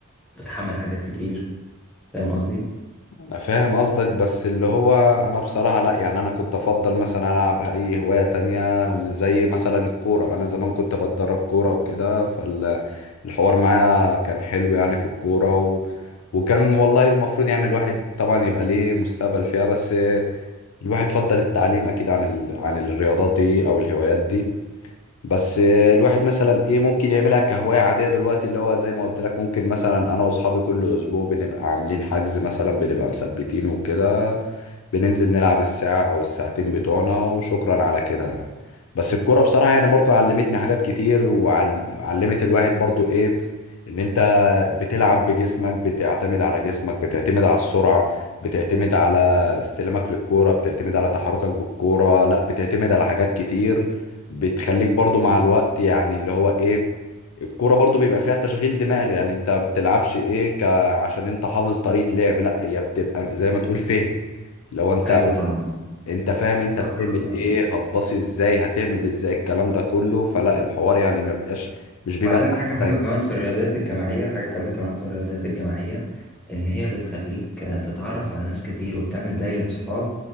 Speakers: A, in the centre; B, on the left.
A: بتحمل حاجات كتير فاهم قصدي؟
B: أنا فاهم قصدك بس اللي هو انا بصراحة لا يعني انا كنت افضل مثلا العب اي هواية تانية ومن زي مثلا الكورة انا زمان كنت بتدرب كورة وكده فالحوار معايا كان حلو يعني في الكورة و... وكان والله المفروض يعني الواحد طبعا يبقى ليه مستقبل فيها بس الواحد فضل التعليم اكيد عن ال... عن الرياضات دي او الهوايات دي بس آه، الواحد مثلا ايه ممكن يعملها كهواية عادية دلوقتي اللي هو زي ما قلت لك ممكن مثلا انا واصحابي كل اسبوع بنبقى عاملين حجز مثلا بنبقى مثبتينه وكده بننزل نلعب الساعة او الساعتين بتوعنا وشكرا على كده بس الكورة بصراحة يعني برضو علمتني حاجات كتير وعلمت الواحد برضو ايه ان انت بتلعب بجسمك بتعتمد على جسمك بتعتمد على السرعة بتعتمد على استلامك للكورة بتعتمد على تحركك بالكورة لا بتعتمد على حاجات كتير بتخليك برضو مع الوقت يعني اللي هو ايه الكورة برضو بيبقى فيها تشغيل دماغ يعني انت ما بتلعبش ايه ك... عشان انت حافظ طريقة لعب لا هي بتبقى زي ما تقول فهم لو انت
A: ايوه طبعا بالظبط.
B: انت فاهم انت بتعمل
A: أنا فاهم
B: ايه هتباصي ازاي هتعمل ازاي الكلام ده كله فلا الحوار يعني ما بيبقاش مش بيبقى
A: بعدين
B: سهل
A: حاجة حلوة
B: دايما
A: كمان في الرياضيات الجماعية حاجة حلوة كمان في الرياضيات الجماعية إن هي بتخليك آه، تتعرف على ناس كتير وبتعمل دايرة صحاب